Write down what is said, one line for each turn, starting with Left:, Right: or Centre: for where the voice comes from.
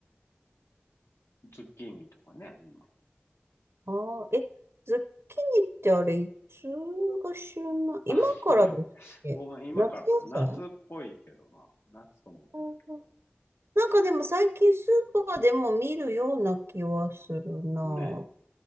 Left: ズッキーニとかね、今。
Right: ああえ、ズッキーニってあれ、いつが旬な、今からですっけ夏野菜
Left: あ、ごめん。ごめん、今からかな。夏っぽいけどな。夏と思ってたけど。
Right: あーなんかでも最近スーパーでも見るような気はするな。
Left: ね